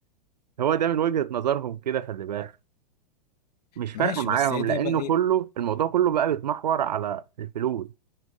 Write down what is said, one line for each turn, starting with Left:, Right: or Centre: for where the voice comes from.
Right: هو ده من وجهة نظرهم كده خلي بالك مش
Left: ماشي
Right: فارقة معاهم
Left: بس هي دي
Right: لأنه
Left: بقى ايه
Right: كله الموضوع كله بقى بيتمحور على الفلوس